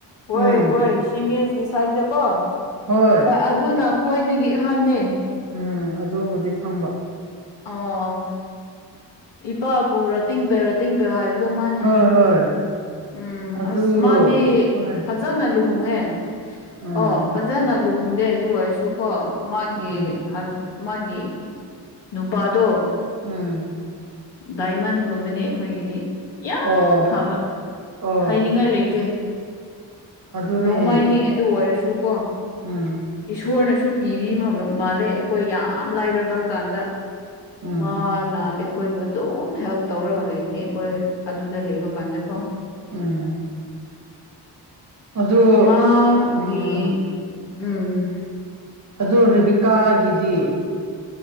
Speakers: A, on the left; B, on the right.
A: ꯍꯣꯏ
B: ꯎꯝ
A: ꯍꯣꯏ ꯁꯤꯃꯤꯁꯀꯤ ꯁꯥꯥꯏꯗ ꯀꯣ
B: ꯍꯣꯏ
A: ꯑꯗꯨꯅ ꯈꯣꯏꯗꯒꯤ ꯑꯍꯥꯟꯅꯦ
B: ꯎꯝ ꯑꯗꯨꯕꯨꯗꯤ ꯈꯪꯕ
A: ꯑꯣ ꯏꯄꯥꯕꯨ ꯔꯇꯤꯡ ꯕꯌꯨ ꯔꯇꯤꯡꯕꯌꯨ ꯍꯥꯏꯕꯗꯣ ꯃꯥꯅꯦ
B: ꯍꯣꯏ ꯍꯣꯏ
A: ꯎꯝ
B: ꯑꯗꯨ
A: ꯑꯁ ꯃꯥꯗꯤ
B: ꯈꯪꯉꯦ
A: ꯐꯖ ꯐꯖꯅ ꯂꯨꯍꯣꯡꯉꯦ
B: ꯎꯝ
A: ꯑꯣ ꯐꯖꯅ ꯂꯨꯍꯣꯡꯗꯦ ꯑꯗꯨ ꯑꯣꯏꯔꯁꯨ ꯀꯣ ꯃꯥꯒꯤ
B: ꯎꯝ
A: ꯍꯖ ꯃꯥꯒꯤ ꯅꯨꯄꯥꯗꯣ
B: ꯎꯝ
A: ꯗꯥꯏꯃꯟꯒꯨꯝꯕꯅꯤ ꯑꯩꯈꯣꯏꯒꯤꯗꯤ ꯌꯥꯝ
B: ꯑꯣ
A: ꯐꯕ
B: ꯑꯣ
A: ꯍꯥꯏꯅꯤꯡꯉꯥꯏ ꯂꯩꯇꯦ
B: ꯑꯗꯨꯅꯦ
A: ꯔꯣꯡ ꯃꯥꯏꯅꯦ ꯑꯗꯨ ꯑꯣꯏꯔꯁꯨꯀꯣ
B: ꯎꯝ
A: ꯏꯁꯣꯔꯅꯁꯨ ꯄꯤꯕꯤꯕ ꯃꯥꯜꯂꯦ ꯑꯩꯈꯣꯏ ꯌꯥꯝ ꯂꯥꯏꯔꯕ ꯀꯥꯟꯗ
B: ꯎꯝ
A: ꯃꯥꯅꯥ ꯑꯩꯈꯣꯏꯕꯨ ꯑꯗꯨꯝ ꯍꯦꯜꯞ ꯇꯧꯔꯒ ꯂꯩꯕꯅꯤ ꯑꯩꯈꯣꯏ ꯑꯗꯨꯗ ꯂꯩꯕ ꯀꯥꯟꯗꯀꯣ
B: ꯎꯝ ꯑꯗꯨ
A: ꯃꯥꯒꯤ
B: ꯎꯝ
A: ꯎꯝ
B: ꯑꯗꯨ ꯔꯦꯕꯤꯀꯥꯒꯤꯗꯤ